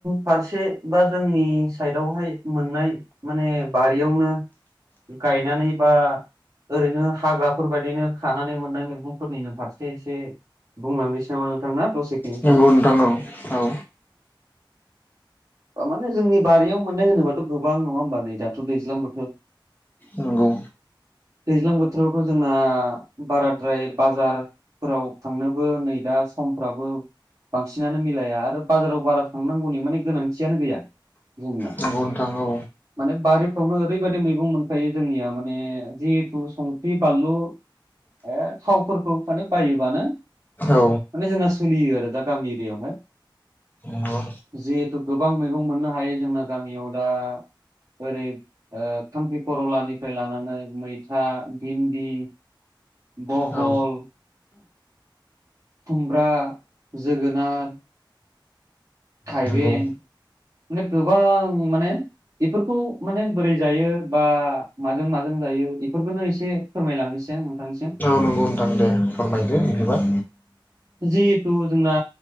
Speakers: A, on the right (about 40°); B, on the left (about 20°).
A: फारसे बा जोंनि साइडआवहाय मोननाय। माने बारियावनो गायनानै बा। ओरैनो हाग्राफोरबायायदिनो खानानै मोननाय मैगंफोरनिनो फारसे एसे। बुंलांनोसै नामा नोंथां ना। दसेखिनि
B: नंगौ
A: सम?
B: नोंथां औ औ।
A: माने जोंनि बारियाव मोननाय होनोबाथ' गोबां नङा होमबा नै दाथ' दैज्लांबोथीर।
B: नंगौ
A: दैज्लां बोथोरावथ' जोंना बाराद्राय बाजार। फोराव थांनोबो नै दा समफ्राबो। बांसिनानो मिलाया आरो बाजाराव बारा थांनांगौनि माने गोनांथि। खाथियानो गैया जोंनिया।
B: नंगौ नोंथां औ
A: माने बारिफ्रावनो ओरैबायदि मैगं मोनखायो जोंनिया माने जिहेथु संख्रि बानलु। ए थावफोरखौ माने बायोबानो।
B: औ
A: माने जोंना सलियो आरो दा गामि एरिया
B: नंगौ
A: जितु। गोबां मैगं मोननो हायो जोंना गामियाव दा। ओरै थांख्रि खर'लानिफ्राय लानानै मैथा भिन्दि। बहल।
B: औ
A: खुमब्रा जोगोनार। थाइबें
B: नंगौ
A: माने गोबां माने। बेफोरखौ माने बोरै जायो बा माजों माजों जायो। बेफोरखौनो एसे। फोरमायलांनोसै नोंथांनिसिम।
B: औ नंगौ नोंथां दे फोरमायदो। एबा।
A: जिहेथु जोंना।